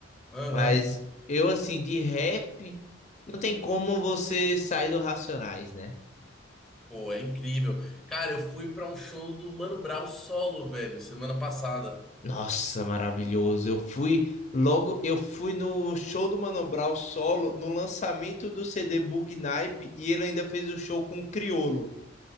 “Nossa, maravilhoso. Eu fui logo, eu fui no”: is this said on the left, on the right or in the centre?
Left